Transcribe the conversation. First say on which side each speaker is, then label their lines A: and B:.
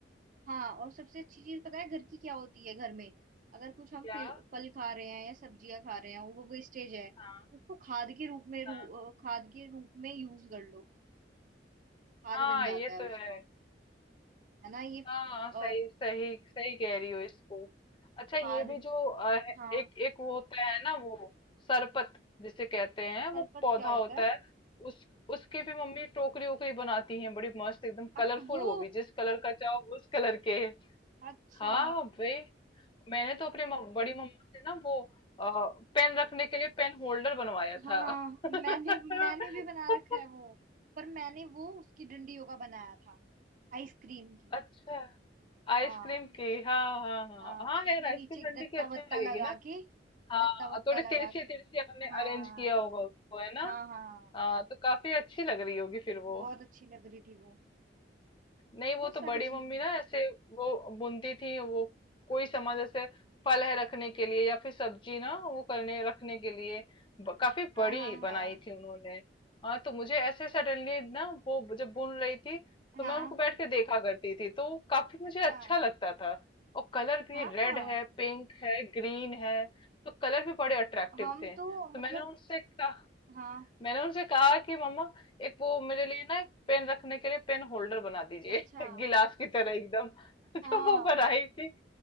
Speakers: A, on the right; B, on the left.
A: हाँ और सबसे अच्छी चीज पता है घर की क्या होती है घर में अगर कुछ हम
B: क्या
A: फल फल खा रहे हैं या सब्जियां खा रहे हैं वो वेस्टेज है तो
B: हाँ
A: उसको खाद के रूप में रू,
B: हाँ
A: अ, खाद के रूप में यूज कर लो खाद
B: हाँ
A: बन जाता
B: ये
A: है
B: तो
A: उसका
B: है
A: है ना ये
B: हाँ सही
A: और
B: सही सही कह रही हो इसको अच्छा ये
A: खाद
B: भी जो अ,
A: हाँ
B: एक एक वो होता है ना वो सरपत जिसे कहते हैं
A: खरपत
B: वो पौधा
A: क्या होता
B: होता
A: है
B: है उस उसकी भी मम्मी टोकरी ओकरी बनाती हैं बड़ी मस्त एकदम
A: अच्छा
B: कलरफुल
A: वो
B: वो भी जिस कलर का चाहो उस कलर के
A: अच्छा
B: हाँ भाई मैंने तो अपने मम- बड़ी मम्मा से ना वो आ, पेन रखने के लिए पेन होल्डर बनवाया
A: हाँ
B: था <laughs>
A: मैंने मैंने भी बना रखा है वो पर मैंने वो उसकी डंडियों का बनाया था आइसक्रीम की
B: अच्छा आइसक्रीम
A: हाँ
B: की हाँ हाँ हाँ
A: हाँ
B: हाँ
A: उसमें
B: यार आइसक्रीम
A: नीचे
B: डंडी
A: गत्ता
B: की अच्छी
A: वत्ता
B: लगेगी
A: लगा
B: ना
A: के
B: हाँ
A: गत्ता वत्ता
B: थोड़ी
A: लगा
B: तिरछी
A: के
B: तिरछी आपने
A: हाँ
B: अरेंज किया होगा उसको है ना
A: हाँ हाँ
B: हाँ तो काफी अच्छी लग रही होगी फिर वो
A: बहुत अच्छी लग रही थी वो
B: नहीं वो
A: वो
B: तो
A: सारी
B: बड़ी मम्मी
A: चीजें
B: ना ऐसे वो बुनती थी वो कोई सामान जैसे फल है रखने के लिए या फिर सब्जी ना वो करने रखने के लिए ब- काफी
A: हाँ
B: बड़ी
A: हाँ हाँ
B: बनाई थी उन्होंने हाँ तो मुझे ऐसे सडनली ना वो जब बुन रही थी तो
A: हाँ
B: मैं उनको बैठ के देखा करती थी तो काफी मुझे
A: अच्छा
B: अच्छा लगता था और कलर भी
A: हाँ
B: रेड
A: हाँ
B: है पिंक है ग्रीन है तो कलर भी बड़े अट्रैक्टिव
A: हम
B: थे
A: तो
B: तो
A: मतलब
B: मैंने उनसे कहा
A: हाँ
B: मैंने उनसे कहा कि मम्मा एक वो मेरे लिए ना एक पेन रखने के लिए पेन होल्डर बना दीजिए
A: अच्छा
B: <laughs> गिलास की तरह एकदम <laughs>
A: हाँ
B: तो वो बनाई थी